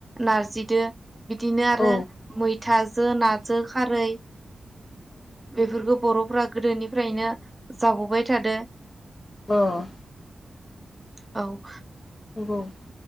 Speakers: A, on the right; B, on the left.
A: नारजिदो बिदिनो आरो
B: औ
A: मैथाजो नाजो खारै बेफोरखौ बर'फ्रा गोदोनिफ्रायनो जाबोबाय थादो
B: अह
A: औ
B: औ